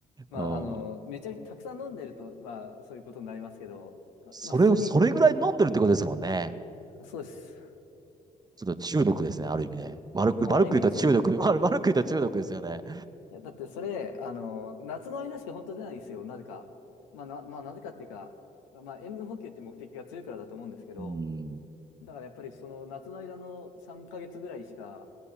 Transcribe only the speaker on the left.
あ、あの、めちゃくちゃたくさん飲んでると、まあ、そういうことになりますけど、ま、
まあ、普通に、
そうです。
もうある意味中毒。
いや、だってそれ、あの、夏の間しか本当出ないんですよ、なぜか。まあ、な、まあ、なぜかっていうか、まあ、塩分補給って目的が強いからだと思うんですけど、
だからやっぱりその夏の間の3ヶ月ぐらいしか、